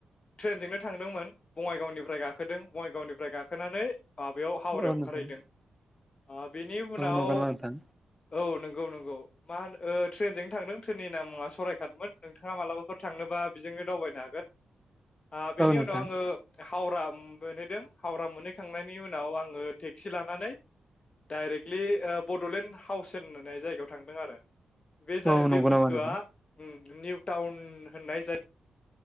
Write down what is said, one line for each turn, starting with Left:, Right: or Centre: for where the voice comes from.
Left: ट्रेनजोंनो थांदोंमोन बङाइगावनिफ्राय गाखोदों बङाइगावनिफ्राय गाखोनानै आ बेयाव हावरायाव
Centre: औ
Left: ओंखारहैदों।
Centre: नोंथां
Left: आ बेनि उनाव
Centre: औ नंगौ नामा नोंथां
Left: औ नंगौ नंगौ। मा होनो ओ ट्रेनजों थांदों ट्रेननि नामा सररायकाटमोन नोंथाङा मालाबाफोर थांनोबा बेजोंनो दावबायनो हागोन। आ बेनि
Centre: औ नोंथां
Left: उनाव आङो हावरा मोनहैदों हावरा मोनहैखांनायनि उनाव आङो टेक्सि लानानै डाइरेक्टलि ओ बड'लेण्ड हाउस होननाय जायगायाव थांदों आरो। बे जा
Centre: औ नंगौ
Left: बे बुस्थुआ
Centre: नामा नोंथां
Left: उम निउ टाउन होननाय जायो